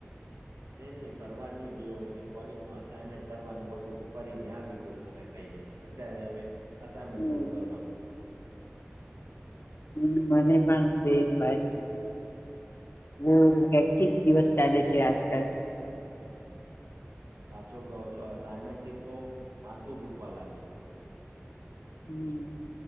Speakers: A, on the right (about 85°); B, on the left (about 60°).
A: નહી નહી ફરવા નહી ગયો અરે કોલેજ ન અસનમેન્ટ કરવાનું હતું તો ફરીને આવી ગયો ખાના ખાઈને અત્યારે હવે અસાઈનમેન્ટ
B: હમ
A: પૂરું કરવાનું
B: હમ મને પણ સેમ ભાઈ. હમ એક્ટિક દિવસ ચાલે છે આજકાલ.
A: સાચો કહો છો અસાઈમેન્ટથી તો માથું દુખવા લાગે.
B: હમ